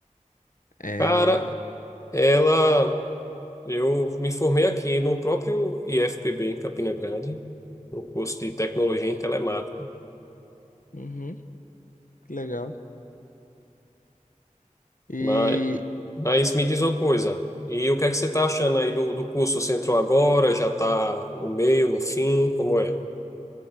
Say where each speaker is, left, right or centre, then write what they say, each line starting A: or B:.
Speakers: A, on the left (about 85°); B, on the left (about 25°).
A: É,
B: Cara, ela. Eu me formei aqui no próprio IFPB, em Campina Grande, no curso de Tecnologia em Telemática.
A: uhum, que legal. E
B: Mas, mas me diz uma coisa. E o que é que você está achando aí do, do curso? Você entrou agora, já está no meio, no fim? Como é?